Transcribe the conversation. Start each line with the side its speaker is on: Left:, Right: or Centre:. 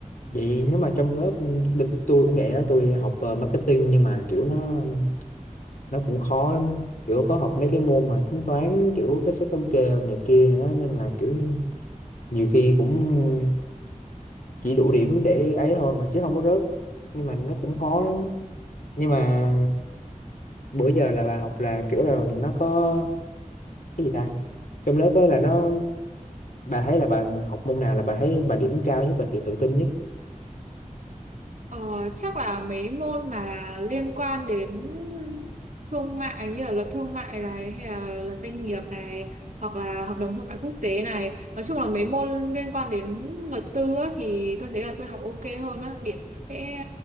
Left: vậy nếu mà trong lớp bên- tôi cũng vậy đó tôi học ờ, marketing nhưng mà kiểu nó nó cũng khó lắm kiểu có học mấy cái môn mà tính toán kiểu cái số thống kê này kia nữa nên là kiểu nhiều khi cũng chỉ đủ điểm để ấy thôi mà chứ không có rớt nhưng mà nó cũng khó lắm nhưng mà bữa giờ là bà học là kiểu là nó có cái gì ta trong lớp ấy là nó bà thấy là bà học môn nào là bà thấy bà điểm cao nhất bà tự tự tin nhất
Right: Ờ, chắc là mấy môn mà liên quan đến thương mại như là luật thương mại này hay là luật doanh nghiệp này hoặc là hợp đồng thương mại quốc tế này nói chung là mấy môn liên quan đến luật tư á, thì tôi thấy là tôi học ok hơn á điểm sẽ